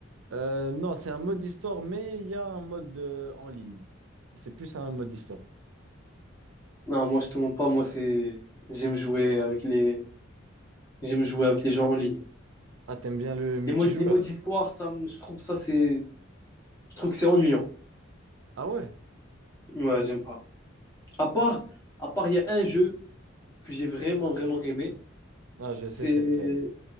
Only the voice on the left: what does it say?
Non, moi je te mens pas, moi c'est j'aime jouer avec les j'aime jouer avec les gens en ligne.
Les modes les modes histoire, ça me- je trouve ça c'est je trouve que c'est ennuyant.
Ouais, j'aime pas. À part à part il y a un jeu que j'ai vraiment vraiment aimé,
c'est